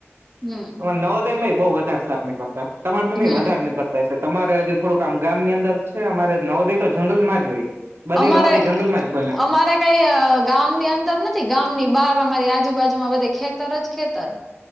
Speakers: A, in the centre; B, on the right.
A: હમ
B: અમાર નવોદયમાંઈ બહુ વધારે સાપ નીકળતા, તમાર થીને
A: હમ
B: વધાર નીકળ તા હઈશે. તમારે હજી થોડુંક આમ ગામ ની અંદર છે, અમારે નવોદય તો જંગલ માં જ હોય. બધી
A: અમારે-અમારે
B: નવોદય જંગલમાં જ બને
A: કાંઈ અહ ગામની અંદર નથી, ગામની બહાર અમારી આજુબાજુમાં બધે ખેતર જ ખેતર.